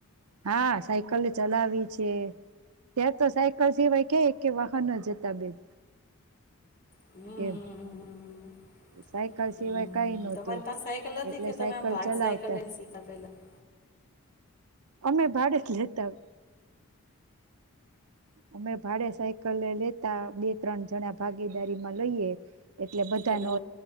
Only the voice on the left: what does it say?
હમ હમ
હમ હમ હમ
હમ
તમારી પાસે સાયકલ હતી
કે તમે
આમ ભાડ
સાયકલ લઈને શીખા પેલા
હલો